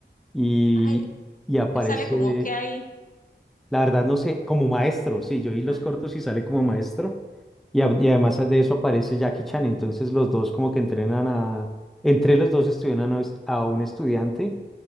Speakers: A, in the centre; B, on the left.
A: Y,
B: Ay,
A: y aparece.
B: él sale como que hay
A: La verdad no sé, como maestro,
B: Me
A: sí, yo vi los
B: Ah,
A: cortos y sale como maestro. Y, a- y además de eso aparece Jackie Chan, entonces los dos como que entrenan a, entre los dos estudian a, un est- a un estudiante.